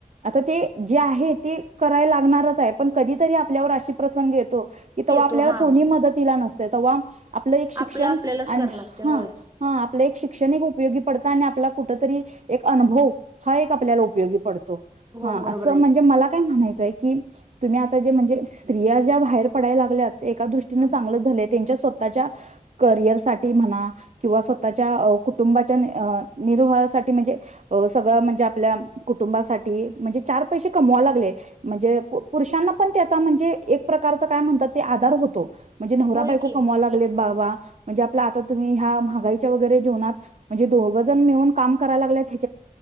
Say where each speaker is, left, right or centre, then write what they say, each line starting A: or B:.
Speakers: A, on the right; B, on the right.
A: आता ते जे आहे ते कराय लागणारच आहे पण कधीतरी आपल्यावर अशी प्रसंगी येतो कि तव्हा
B: येतो
A: आपल्याला
B: हा
A: कोणी मदतीला नसते तव्हा आपलं एक शिक्षण
B: आपला आपल्यालाच करा लागते
A: हा
B: होय
A: हा आपलं एक शिक्षण एक उपयोगी पडत आपला कुठ तरी एक अनुभव हा एक आपल्याला उपयोगी पडतो
B: हो
A: हा
B: बरोबर
A: असं
B: आहे
A: म्हणजे
B: की
A: मला काय म्हणायचं की तुम्ही आता जे म्हणजे स्त्रिया ज्या बाहेर पडायला लागल्यात एका दृष्टीने
B: हम्म
A: चांगल च झालय. त्यांच्या स्वतःच्या करियर साठी म्हणा किंवा स्वतःच्या कुटुंबाच्या निरोहासाठी म्हणजे सगळं म्हणजे आपल्या कुटुंबासाठी म्हणजे चार पैसे कमवा लागले म्हणजे पुरुषांना पण त्याचा म्हणजे एक प्रकारचा काय म्हणतात ते आधार होतो. म्हणजे नव्हरा-बायको
B: होय की
A: कमावा लागलेत बाबा. म्हणजे आपल्या आता तुम्ही ह्या महागाईच्या वगैरे जीवनात म्हणजे दोघजण मिळून काम करा लागत्यात हे